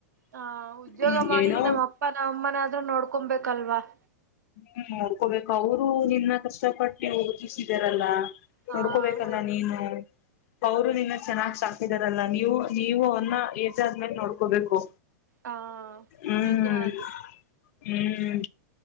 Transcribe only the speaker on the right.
ಹ ಉದ್ಯೋಗ
ಮಾಡಿ
ನಮ್ಮ್ ಅಪ್ಪ ನಾವ ಅಮ್ಮನ ಆದ್ರೂ ನೋಡ್ಕೊಬೇಕಲ್ವಾ-
ಹಾ
ಹೌ
ಹಾ
ನಿಜ ಅದು